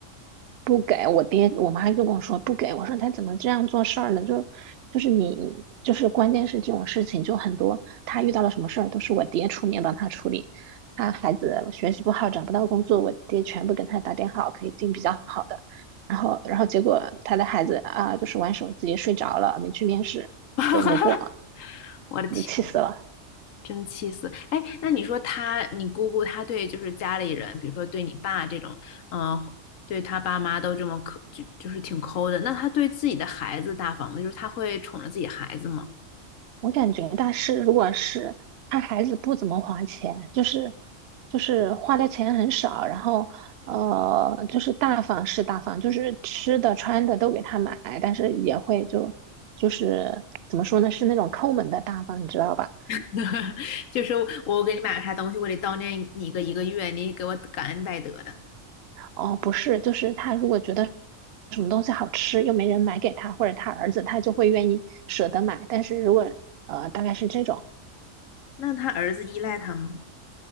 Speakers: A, on the right; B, on the left.
A: 不给我爹我妈就跟我说不给，我说他怎么这样做事儿呢？就就是你就是关键是这种事情就很多，他遇到了什么事儿都是我爹出面帮他处理。他孩子学习不好，找不到工作，我爹全部给他打点好，可以进比较好的。然后，然后结果他的孩子啊，就是玩手机睡着了，没去面试，
B: <laughs>
A: 就没过，
B: 我的天。
A: 就气死了。
B: 真气死！哎，那你说他，你姑姑她对就是家里人，比如说对你爸这种，嗯、呃对他爸妈都这么抠，就就是挺抠的。那他对自己的孩子大方吗？就是他会宠着自己孩子吗？
A: 我感觉大师如果是他孩子不怎么花钱，就是就是花的钱很少，然后呃就是大方是大方，就是吃的穿的都给他买，但是也会就就是怎么说呢，是那种抠门的大方，你知道吧？
B: <laughs> 就是我给你买了啥东西，我得叨念你个一个月，你给我感恩戴德的。
A: 哦，不是，就是他如果觉得什么东西好吃又没人买给他，或者他儿子，他就会愿意舍得买，但是如果呃大概是这种。
B: 那他儿子依赖他吗？